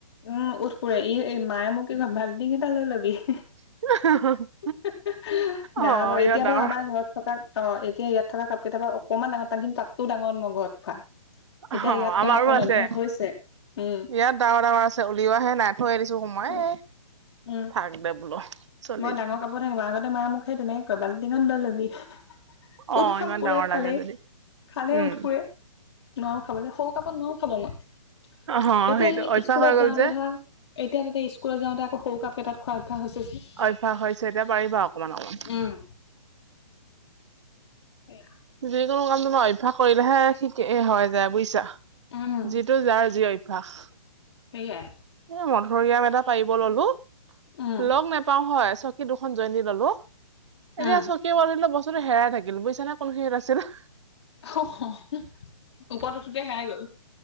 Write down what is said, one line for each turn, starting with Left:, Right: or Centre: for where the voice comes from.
Left: উম ওঁঠ পুৰে। ই এই মায়ে মোক কি কয় বাল্টিং এটা লৈ লবি। <unintelligible>
Right: <unintelligible>
Left: <unintelligible>
Right: অ
Left: এতিয়া
Right: ইমান ডাঙৰ
Left: বাৰু আমাৰ ঘৰত থকা অ এতিয়া ইয়াত থকা কাপকেইটা বা অকমান ডাঙৰ, তাত কিন্তু তাতকেও ডাঙৰ মগত খোৱা এতিয়া
Right: অ
Left: ইয়াত তেও
Right: আমাৰো
Left: অকণ
Right: আছে
Left: অভ্যাস হৈছে। উম
Right: ইয়াত ডাঙৰ ডাঙৰ আছে, উলিওৱাহে নাই। থৈ দিছো সোমাৱাই।
Left: উম
Right: এ
Left: উম
Right: <unintelligible> বোলো। চলি
Left: মই ডাঙৰ
Right: যাও
Left: কাপতহে খাব, আগতে মায়ে মোক সেই তেনেকে কয় বাল্টিঙত লৈ ল'বি। <unintelligible>
Right: অ
Left: ওঁঠখন
Right: ইমান
Left: পুৰে
Right: ডাঙৰ
Left: খালেই,
Right: লাগে যদি
Left: খালেই
Right: উম
Left: ওঁঠ পুৰে। নোৱাৰো খাবলে। সৰু কাপত নোৱাৰো খাব মই।
Right: অ
Left: এতিয়া
Right: সেইটো
Left: এই
Right: অভ্যাস
Left: স্কুলত
Right: হৈ গ'ল
Left: যাওঁতে
Right: যে
Left: ধৰা এতিয়া তাতে স্কুলত যাওঁতে আকৌ সৰু কাপ কেইটাত খোৱা অভ্যাস হৈছে। যে
Right: অভ্যাস হৈছে এতিয়া পাৰিবা অকমান অকমান।
Left: উম <unintelligible>
Right: যিকোনো কাম তোমাৰ অভ্যাস কৰিলেহে শিক হয় যায় বুইছা।
Left: উম
Right: যিটো যাৰ যি অভ ভ্যাস।
Left: সেয়াই।
Right: এ মধুৰিআম এটা পাৰিব ল'লো।
Left: উম
Right: লগ নেপাও হয় চ চকী দুখন জইন দি ল'লো। এতিয়া
Left: উম
Right: চকী <unintelligible> বস্তুটো হেৰাই থাকিল বুইছা নে কোনখিনিত আছিল।
Left: <unintelligible> ওপৰত উঠোতে হেৰাই গ'ল।